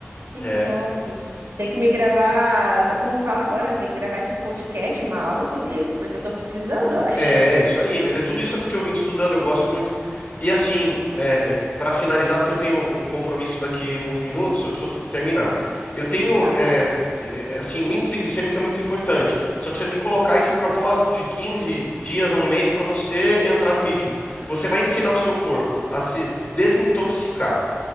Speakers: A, on the right; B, on the left.
A: que
B: é
A: top. Tem que me gravar, como que fala agora? Vai ter que gravar esses podcasts, uma aula sobre isso, porque eu tô precisando, eu acho.
B: É, é isso aí, mas é tudo isso é porque eu vim estudando, eu gosto muito. E assim, é, para finalizar, porque eu tenho um compromisso daqui uns minutos, eu preciso terminar. Eu tenho,
A: Tá.
B: é, é, é, assim, o índice glicêmico é muito importante. Só que você tem que colocar esse propósito de 15 dias a um mês para você entrar no ritmo. Você vai ensinar o seu corpo a se desintoxicar,